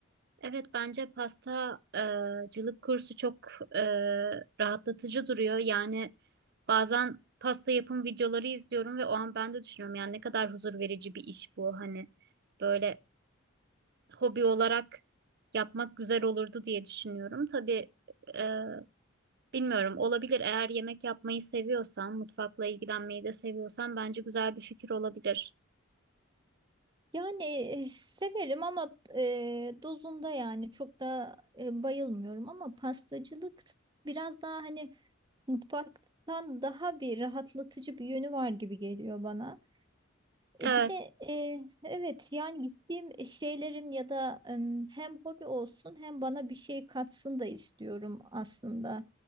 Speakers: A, on the right; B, on the right.
A: Evet bence pasta e, cılık kursu çok e, rahatlatıcı duruyor. Yani bazen pasta yapım videoları izliyorum ve o an ben de düşünüyorum yani ne kadar huzur verici bir iş bu. Hani böyle hobi olarak yapmak güzel olurdu diye düşünüyorum. Tabii e, bilmiyorum olabilir. Eğer yemek yapmayı seviyorsan, mutfakla ilgilenmeyi de seviyorsan bence güzel bir fikir olabilir.
B: Yani e, severim ama e, dozunda yani çok da e, bayılmıyorum ama pastacılık biraz daha hani mutfaktan daha bir rahatlatıcı bir yönü var gibi geliyor bana.
A: Evet.
B: E bir de e, evet yani gittiğim şeylerin ya da em, hem hobi olsun hem bana bir şey katsın da istiyorum aslında.